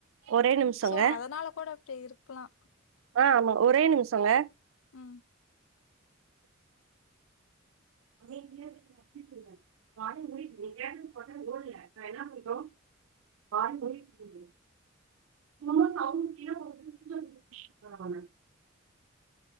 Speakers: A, on the right; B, on the left.
A: ஒரே நிமிஷங்க
B: சோ அதனால கூட அப்டி இருக்கலா
A: ஆ ஆமா ஒரே நிம்ஸோங்க
B: ம்
A: <inaudible> <inaudible> <inaudible>